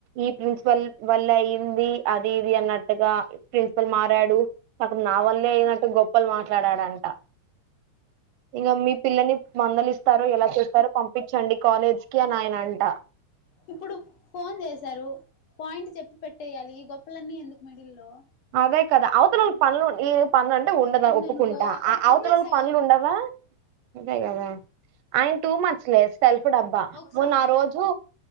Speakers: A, on the right; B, on the left.
A: ఈ ప్రిన్సిపల్ వల్. అయింది అది ఇది అన్నట్టుగా ప్రిన్సిపల్ మారాడు కానీ నా వల్లే అయినట్టు గొప్ప. గోప్పలు మాట్లాడాడంట. ఇంకా మీ పిల్లల్ని మందలి ఇస్తారో ఎలా చేస్తారో పంపించండి కాలేజ్ కి అని ఆయన అంట.
B: ఇప్పుడు ఫోన్ చేశారు పాయింట్ చెప్పి పెట్టేయాలి ఈ గొప్పలన్నీ ఎందుకు మిడిల్లో.
A: అదే కదా అవతలోళ్ళకు పనులు ఏ పనులు అంటే ఉండదా
B: ఉందనుకో
A: ఒప్పుకుంటా
B: అక్కడ
A: ఆ
B: పని
A: అవతలోళకు
B: చేస్తావా
A: పనులు ఉండవా. అదే కదా. ఆయన టూ మచ్లే సెల్ఫ్ డబ్బా
B: ఒకసారి
A: మొన్న ఆ రోజు.